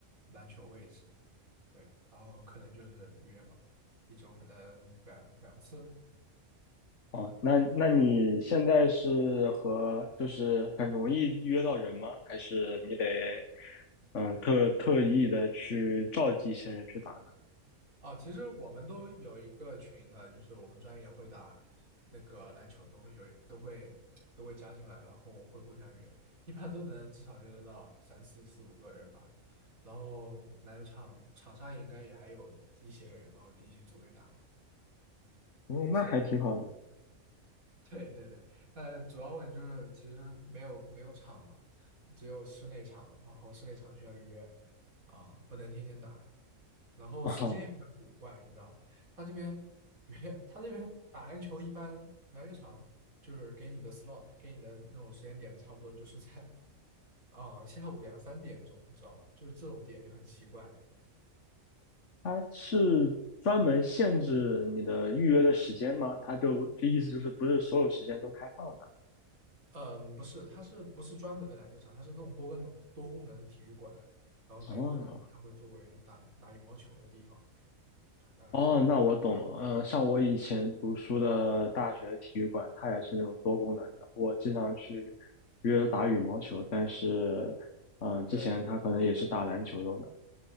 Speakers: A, on the right; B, on the left.
A: 篮球位置，对，然后可能就是约吧，一周可能两两次，
B: 哦，那那你现在是和就是很容易约到人吗？还是你得嗯特特意的去召集一些人去打呢？
A: 哦，其实我们都有一个群的，就是我们专业会打那个篮球，都会有都会都会加进来，然后会互相约，一般都能至少约得到三四四五个人吧。然后篮球场场上应该也还有一些人，然后一起组队打嘛，
B: 嗯，
A: 是这样。
B: 那还挺好的。
A: <laughs> 对对对，但主要问题就是其实没有没有场嘛，只有室内场，然后室内场需要约，啊、不能天天打，然后时间也比较古怪，
B: <laughs> 哦，
A: 你知道，吧？他这边约 <laughs> 他这边打篮球一般篮球场就是给你的 slot 给你的那种时间点，差不多就是在 <laughs> 啊、下午两三点钟，你知道吧？就是这种点就很奇怪，
B: 它是专门限制你的预约的时间吗？它就这意思就是不是所有时间都开放的？
A: 嗯，不是，它是不是专门的篮球场？它是那种多功能多功能的体育馆，然后它有可能它会作为打篮打羽毛球的地方，
B: 哦
A: 对，大大概是这个意思。
B: 哦，那我懂了。嗯，像我以前读书的大学体育馆，它也是那种多功能的。我经常去约打羽毛球，但是，嗯，之前它可能也是打篮球用的。
A: 对对